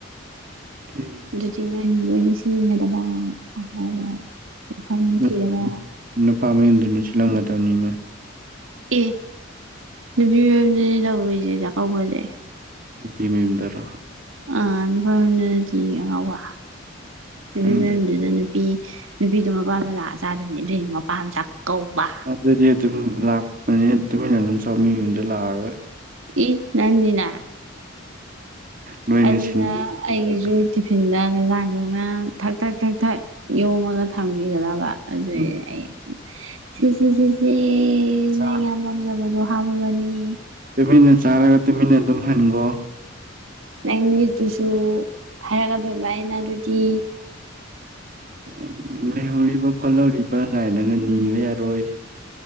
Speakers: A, on the right; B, on the right.
A: ꯎꯝ
B: ꯑꯗꯨꯗꯤ ꯅꯣꯏꯅ ꯂꯣꯏꯅ ꯁꯤꯟꯒꯗꯕ ꯑꯐꯕ ꯃꯐꯝ
A: ꯅꯨꯞ
B: ꯊꯤꯔꯒ
A: ꯅꯨꯄꯥ ꯃꯌꯨꯝꯗꯨꯅꯁꯨ <unintelligible>
B: ꯑꯦ ꯅꯨꯄꯤ ꯃꯌꯨꯝꯗꯅꯦ ꯇꯧꯔꯤꯖꯦ ꯆꯥꯀꯧꯕꯖꯦ
A: ꯅꯨꯄꯤ ꯃꯌꯨꯝꯗꯔꯣ
B: ꯑ ꯅꯨꯄꯥ ꯃꯌꯨꯝꯗ ꯅꯠꯇꯦ ꯑꯉꯥꯎꯕ ꯅꯨꯄꯤ
A: ꯈꯪꯗ꯭ꯔꯦ
B: ꯃꯌꯨꯝꯗꯨꯗꯅꯦ ꯅꯨꯄꯤ ꯅꯨꯄꯤꯗꯣ ꯃꯄꯥꯝꯗ ꯂꯥꯛꯑ ꯆꯥꯗꯣꯏꯅꯤ ꯑꯗꯨꯏꯅꯤ ꯃꯄꯥꯝ ꯆꯥꯛ ꯀꯧꯕ
A: ꯑꯗꯨꯗꯤ ꯑꯗꯨꯝ ꯂꯥꯛꯄꯅꯤ ꯇꯨꯃꯤꯟꯅ ꯑꯗꯨꯝ ꯆꯥꯎ ꯃꯤ ꯃꯌꯨꯝꯗ ꯂꯥꯛꯑꯒ
B: ꯑꯦ ꯅꯪꯗꯤꯅ
A: ꯅꯣꯏꯅ
B: ꯑꯗꯨꯅ
A: ꯁꯤꯟꯕꯤꯔ
B: ꯑꯩꯒꯤꯁꯨ ꯇꯤꯐꯤꯟꯗ ꯅꯁꯥꯅꯈꯪꯅ ꯊꯛ ꯊꯛ ꯊꯛ ꯊꯛ ꯌꯣꯝꯃꯒ ꯊꯝꯈꯤꯒꯗꯕ ꯑꯗꯨꯏ
A: ꯎꯝ
B: ꯑꯩ ꯁꯤꯁꯤ ꯁꯤꯁꯤ ꯁꯤ
A: ꯆꯥ-
B: ꯅꯪ ꯌꯥꯝ ꯄꯥꯝꯖꯕꯗꯣ ꯍꯥꯞꯄꯕꯅꯤ
A: ꯇꯨꯃꯤꯟꯅ ꯆꯥꯔꯒ ꯇꯨꯃꯤꯟꯅ ꯑꯗꯨꯝ ꯍꯟꯒꯣ
B: ꯅꯪꯒꯤꯗꯨꯖꯨ ꯍꯥꯏꯔꯛꯀꯗꯣꯏꯕ <unintelligible> ꯑꯗꯨꯗꯤ
A: <inaudible> ꯂꯩꯍꯧꯔꯤꯕ ꯈꯣꯠꯍꯧꯔꯤꯕ ꯀꯥꯏꯅꯒ ꯅꯤꯕ ꯌꯥꯔꯣꯏ